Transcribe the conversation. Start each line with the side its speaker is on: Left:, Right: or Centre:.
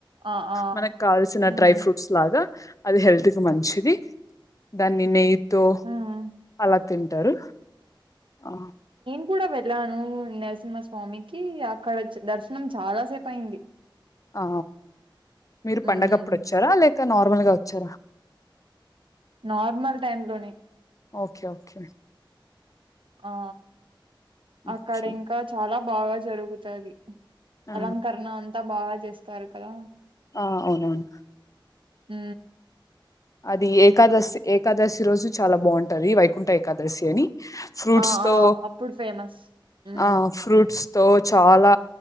Right: ఆ ఆ
Left: మనకు కావల్సిన
Right: ఉమ్
Left: డ్రై ఫ్రూట్స్ లాగా అది హెల్త్ కి మంచిది దాన్ని నెయ్యి తో
Right: ఉమ్
Left: అలా తింటారు ఆ
Right: ఇప్పుడే వెళ్ళాను నరసింహస్వామికి అక్కడ దర్శనం చాలా సేపు అయ్యింది
Left: ఆ మీరు
Right: మ్మ్
Left: పండగప్పుడు వచ్చారా లేక అంటే నార్మల్గా వచ్చారా
Right: నార్మల్ టైమ్ లోనే
Left: ఓకే ఓకే
Right: ఆ
Left: ఓకే
Right: అక్కడ ఇంకా చాలా బాగా జరుగుతాది
Left: ఆ
Right: అలంకరణ అంతా బాగా చేస్తరు వస్తారుకాద
Left: ఆ అవును అవును
Right: హ
Left: అది ఏకాదశి ఏకాదశి రోజు చాలా బాగుంటది వైకుంఠ ఏకాదశి అని ఫ్రూట్స్
Right: ఆ
Left: తో
Right: ఆ అప్పుడు ఫేమస్ ఉ
Left: ఆ ఫ్రూట్స్ తో చాలా